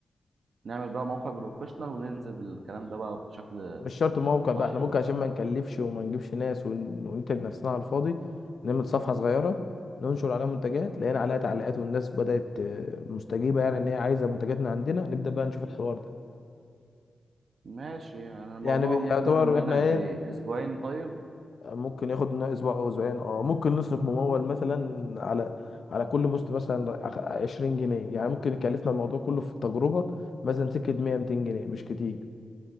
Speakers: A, on the right (about 60°); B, on the left (about 50°).
A: نعمل بقى موقع بروفيشنال وننزل بالكلام ده بقى بشكل
B: مش شرط موقع بقى
A: صح
B: احنا ممكن
A: بقى
B: عشان ما نكلفش وما نجيبش ناس ون- ونتعب نفسنا على الفاضي نعمل صفحة صغيرة ننشر عليها منتجات لقينا عليها تعليقات والناس بدأت آه، مستجيبة يعني ان هي عايزة منتجاتنا عندنا نبدأ بقى نشوف الحوار ده
A: ماشي يعني الموضوع
B: يعني بي-
A: ممكن
B: يعتبر
A: ياخد مننا
B: احنا
A: قد
B: ايه
A: ايه اسبوعين طيب
B: ممكن ياخد لنا اسبوع او اسبوعين اه ممكن نصرف ممول مثلا على على كل بوست مثلا 20 جنيه يعني ممكن يكلفنا الموضوع كله في التجربة مثلا سكة 100 200 جنيه مش كتير